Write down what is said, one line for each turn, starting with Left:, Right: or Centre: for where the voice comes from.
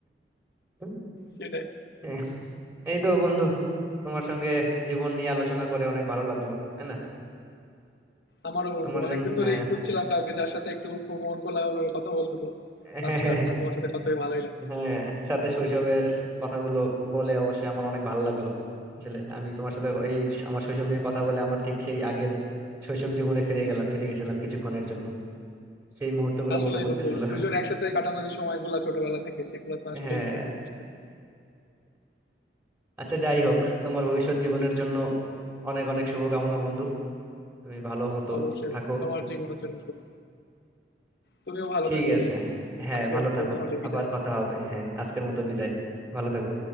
Right: <laughs>
Left: সেটাই
Right: এই এই তো বন্ধু তোমার সঙ্গে জীবন নিয়ে আলোচনা করে অনেক ভালো লাগলো তাই না
Left: আমারও বন্ধু
Right: তোমার
Left: অনেকদিন
Right: জন্য হ্যাঁ
Left: ধরেই খুঁজছিলাম কাউকে যার সাথে একটু মন খোলা ভাবে কথা বলবো পাচ্ছিলাম
Right: হ্যাঁ হ্যাঁ
Left: না তোমার সাথে কথা হয়ে ভালোই লাগলো
Right: হ্যাঁ, হ্যাঁ। সাথে শৈশবের কথাগুলো বলে অবশ্যই আমার অনেক ভালো লাগলো আসলে আমি তোমার সাথে এই স- আমার শৈশব নিয়ে কথা বলে আমার ঠিক সেই আগের শৈশব জীবনে ফিরে গেলাম ফিরে গেছিলাম কিছুক্ষণের জন্য সেই মুহূর্তগুলো
Left: আসলেই
Right: মনে পড়তেছিল
Left: বন্ধু দুজন একসাথে কাটানো যে সময়গুলো ছোটবেলা থেকে সেগুলো তো আসলেই
Right: হ্যাঁ
Left: ফিরে ফিরে আসতেছে
Right: আচ্ছা যাই হোক তোমার ভবিষ্যৎ জীবনের জন্য অনেক অনেক শুভকামনা বন্ধু তুমি ভালো মতো
Left: অবশ্যই
Right: থাকো
Left: বন্ধু তোমার জীবনের জন্য শুভ তুমিও ভালো
Right: ঠিক
Left: থাকো বন্ধু
Right: আছে হ্যাঁ
Left: আজকের
Right: ভালো
Left: মতো
Right: থাকো
Left: তাহলে বিদায়
Right: আবার কথা হবে হ্যাঁ আজকের মতো বিদায় ভালো থাকো